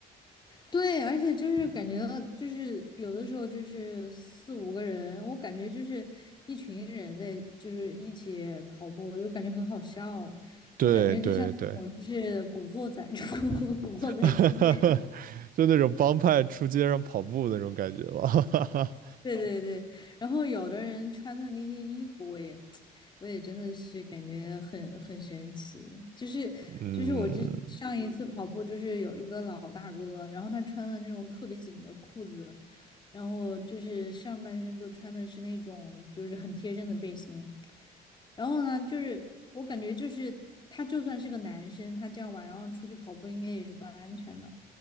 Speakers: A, on the left; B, on the right.
A: 对，而且就是感觉到，就是有的时候就是四五个人，我感觉就是一群人在就是一起跑步，我就感觉很好笑，
B: 对对对，
A: 就感觉就像我就是古惑仔出 <laughs> 古惑仔出街，
B: <laughs> 就那种帮派出街上跑步那种感觉吧，
A: 对对对，然后有的人穿的那些衣服，我也，<tsk> 我也真的是感觉很很神奇。就是就是我这上一次跑步，
B: <laughs> 嗯。
A: 就是有一个老大哥，然后他穿的那种特别紧的裤子，然后就是上半身就穿的是那种就是很贴身的背心，然后呢，就是我感觉就是他就算是个男生，他这样晚上出去跑步应该也是不安全的。